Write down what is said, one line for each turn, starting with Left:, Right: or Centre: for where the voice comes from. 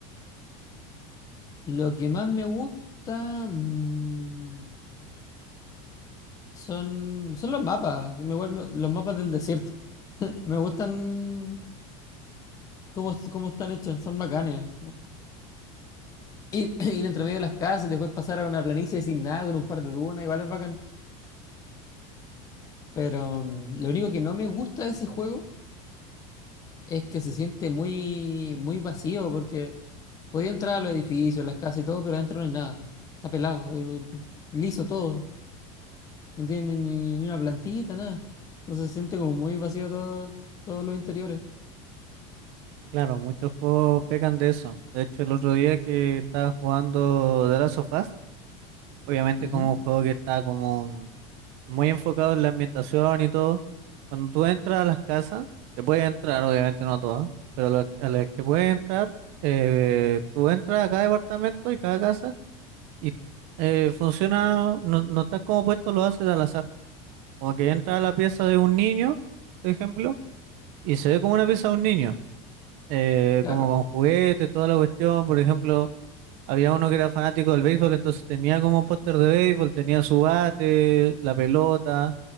Left: Lo que más me gusta mm, son, son los mapas, me- igual me- los mapas del desierto. <laughs> Me gustan cómo, cómo están hechos, son bacanes. ir, <clears throat> ir entre medio de las casas y después pasar a una planicie sin nada con un par de dunas, igual es bacán. Pero mm, lo único que no me gusta de ese juego es que se siente muy, muy vacío porque podía entrar a los edificios, las casas y todo, pero adentro no hay nada. Está pelado, eh, liso todo. No tiene ni, ni una plantita, nada. Entonces se siente como muy vacío todo, todos los interiores.
Right: Claro, muchos juegos pecan de eso. De hecho, el otro día que estaba jugando The Last of Us, obviamente
Left: Ujú,
Right: como un juego que está como muy enfocado en la ambientación y todo, cuando tú entras a las casas, que puedes entrar, obviamente no a todas, pero lo- a las que puedes entrar, eh, tú entras a cada departamento y cada casa y eh, funciona, no, no está como puesto, lo haces al azar. Como que entra a la pieza de un niño, por ejemplo, y se ve como una pieza de un niño, eh,
Left: Claro,
Right: como con juguetes, toda la cuestión, por ejemplo. Había uno que era fanático del béisbol, entonces tenía como póster de béisbol, tenía su bate, la pelota,